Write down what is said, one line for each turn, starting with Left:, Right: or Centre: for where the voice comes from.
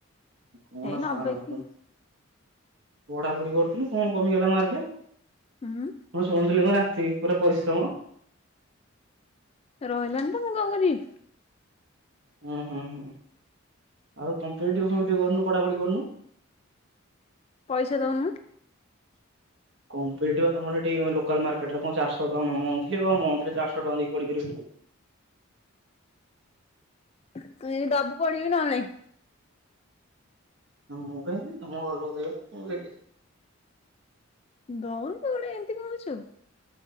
Right: କଣ
Left: ହେଇ ନବେ
Right: ସା- ଙ୍କ
Left: କି
Right: ପଢାପଢି କରଥିଲୁ। କଣ କମି ଗଲା ମାର୍କେ?
Left: ହୁଁ।
Right: ମୁଁ ଶୁଣୁଥିଲି କଣ ରାତିକି ପୁରା ପରିଶ୍ରମ।
Left: ରହିଲାନି ତ ମୁଁ କଣ କରିବି?
Right: ହୁଁ, ହୁଁ, ହୁଁ, ଆଉ କମ୍ପିଟିପି ଫମ୍ପିଟିପି କରୁନୁ। ପଢ଼ାପଢ଼ି କରୁନୁ।
Left: ପଇସା ଦଉନୁ।
Right: କମ୍ପିଟିପି ତମର ସେଠି ଲୋକାଲ ମାର୍କେଟ ରେ କଣ ଚାରିଶହ ଟଙ୍କା ମ-ମ-ମନ୍ଥଲି। ମନ୍ଥଲି ଚାରଶହ ଟଙ୍କା ଦେଇକି ପଢ଼ି ପାରିବୁନୁ?
Left: ତୁ ଜଦି ଦବୁ ପଢ଼ିବି ନହେଲେ ନାହିଁ।
Right: ମୁଁ କାଇଁଦେବି ତମ ଘରଲୋକ ଦେବେନି, ମୁଁ କାଇଁ ଦେବି।
Left: ଦଉନ ତୁ ଗୋଟେ ଏମିତି କହୁଛୁ?